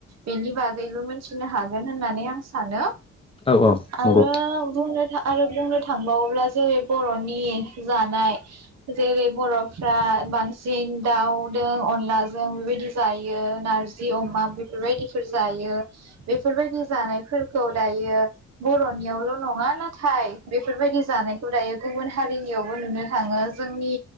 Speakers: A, on the right; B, on the left.
A: बेनि बागैबो मिथिनो हागोन होननानै आं सानो
B: औ औ
A: आरो
B: नंगौ
A: बुंनो‌ आरो बुंनो थांबावोब्ला जेरै बरनि जानाय जेरै बरफ्रा बांसिन दाउ जों अनलाजों बेबायदि जायो नारजि अमाजों बेफोरबायदिफोर जायो बे बेफोरबायदि जानायफोरखौ दायो बरनियावल नङा नाथाय बेफोरबायदि जानाय गुबुन हारिनियावबो नुनो थाङो जोंनि